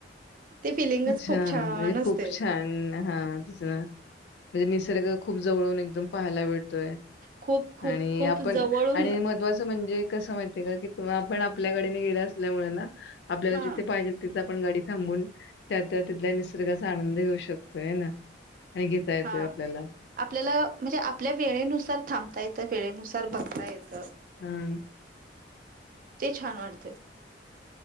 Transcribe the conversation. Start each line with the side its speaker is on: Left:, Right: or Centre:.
Right: ते फिलिंगच
Left: अच्छा
Right: खूप छान
Left: म्हणजे
Right: असते
Left: खूप छान हा तेच ना म्हणजे निसर्ग खूप जवळून एकदम पहायला भेटतोय
Right: खूप खूप
Left: आणि
Right: खूप
Left: आपण,
Right: जवळून
Left: आणि महत्वाच च, म्हणजे कसं माहितीये का, की तुम्ही आपण आपल्या गाडीनं गेल असल्यामुळ ना, आपल्याला
Right: हा
Left: जिथे पाहिजेल तिथं आपण गाडी थांबून, त्या त्या तिथल्या निसर्गाचा आनंद घेऊ शकतोय ना. आणि घेता येतोय
Right: हा
Left: आपल्याला.
Right: आपल्याला म्हणजे आपल्या वेळेनुसार थांबता येतं, वेळेनुसार बघता येत.
Left: हम,
Right: ते छान वाटतंय.